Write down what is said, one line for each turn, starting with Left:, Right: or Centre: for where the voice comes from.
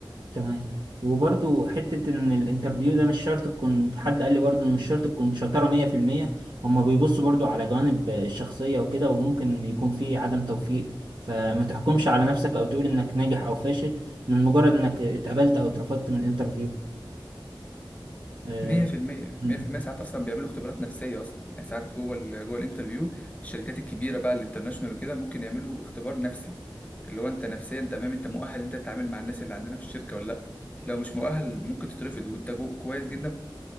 Right: تمام وبرضو حتة إن الانترفيو ده مش شرط تكون حد قال لي برضو إن مش شرط تكون شطارة مية في المية هما بيبصوا برضو على جوانب الشخصية وكده وممكن يكون في عدم توفيق فما تحكمش على نفسك أو تقول إنك ناجح أو فاشل من مجرد إنك اتقبلت أو اترفضت من انترفيو اه
Left: 100%
Right: م.
Left: 100% ساعات اصلا بيعملوا اختبارات نفسيه اصلا يعني ساعات جوه ال... جوه الانترفيو الشركات الكبيره بقى الانترناشونال وكده ممكن يعملوا اختبار نفسي اللي هو انت نفسيا تمام انت مؤهل انت تتعامل مع الناس اللي عندنا في الشركه ولا لا لو مش مؤهل ممكن تترفض وانت جو... كويس جدا